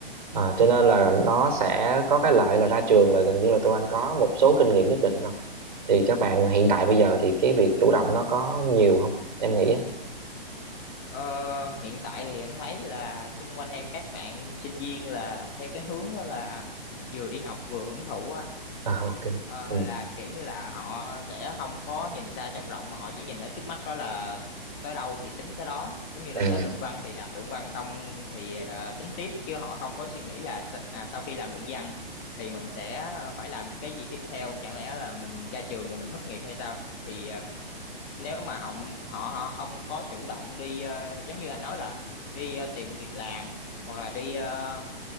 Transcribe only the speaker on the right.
Ờ, cho nên là nó sẽ có cái lợi là ra trường là gần như là tụi anh có một số kinh nghiệm nhất định rồi thì các bạn hiện tại bây giờ thì cái việc chủ động nó có nhiều không em nghĩ á
à, ok
ừ.
Ừ.